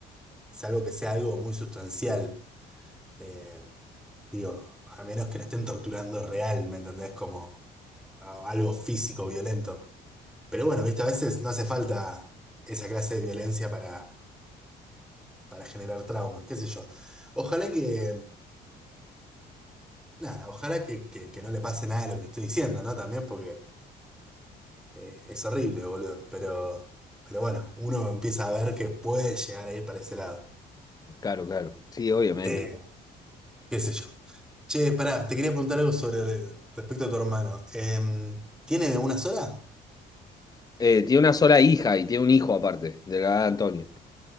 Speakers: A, in the centre; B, on the left.
A: Salvo que sea algo muy sustancial. Eh, digo, a menos que la estén torturando real, ¿me entendés? Como a- algo físico, violento. Pero bueno, viste, a veces no hace falta esa clase de violencia para, para generar trauma, qué sé yo. Ojalá que Claro, ojalá que, que- que no le pase nada de lo que estoy diciendo, ¿no? También porque eh, es horrible, boludo. Pero, pero bueno, uno empieza a ver que puede llegar a ir para ese lado.
B: Claro, claro. Sí, obviamente.
A: Eh, qué sé yo. Che, pará, te quería preguntar algo sobre respecto a tu hermano. Em, ¿tiene una sola?
B: Eh, tiene una sola hija y tiene un hijo aparte, de la edad de Antonio.